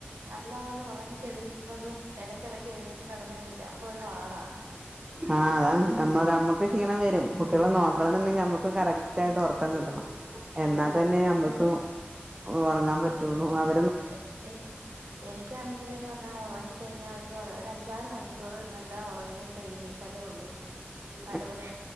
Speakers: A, on the right (about 85°); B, on the right (about 20°).
A: നല്ലപോലെ ഒറങ്ങി തെളിയുന്നതും ഇടയ്ക്കിടക്ക് എഴുന്നേറ്റ് കിടന്ന് എഴുന്നേറ്റ് അപ്പൊ ഒരു വാടാ
B: ആഹ് അതാണ് ഞമ്മ ഞമ്മക്ക് ക്ഷീണം വരും കുട്ടികളെ നോക്കണംന്നുണ്ടെങ്കിൽ
A: ആഹ്
B: ഞമ്മ ഇപ്പം കറക്റ്റായിട്ട് ഒറക്കം കിട്ടണം എന്നാതന്നെ
A: അതെ അതെ
B: ഞമ്മക്ക് ഒറങ്ങാൻ പറ്റൊള്ളൂ അവ
A: എ എനി എനിക്കാണെങ്കിലെന്ന് പർഞ്ഞാ ഒറങ്ങി കഴിഞ്ഞാ ഒര ഒരു അഞ്ചാറ് മണിക്കൂർ നല്ല ഒറങ്ങി പ്പഴുന്നേറ്റല്ലേ ഒള്ള്
B: <inaudible>
A: നല്ലപോലെ